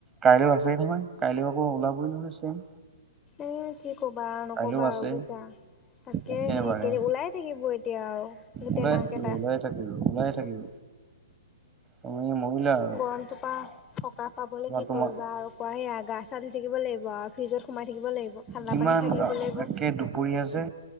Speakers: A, on the right; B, on the left.
A: কাইলৈও আছেই নহয়, কাইলৈও আকৌ ওলাবই নহয় ছেম।
B: এ কি ক'বা আৰু নক'বা
A: কাইলৈও আছে
B: আৰু বুজিছা। তাকে
A: একেবাৰে
B: হে ওলাই থাকিব এতিয়া আৰু গোটেই
A: ওলাই
B: মাহকেইটা।
A: থাকিব ওলাই থাকিব ওলাই থাকিব তুমি মৰিলা আৰু
B: গৰমটোপা সকাহ পাবলৈ কি
A: তোমাৰ
B: কৰিবা আৰু কোৱা সেয়া গা চা ধুই থাকিব লাগিব আৰু ফ্ৰিজত সোমাই থাকিব লাগিব। ঠাণ্ডা
A: কিমান
B: পানী খাই থাকিব লাগিব।
A: একে দু পৰি আছে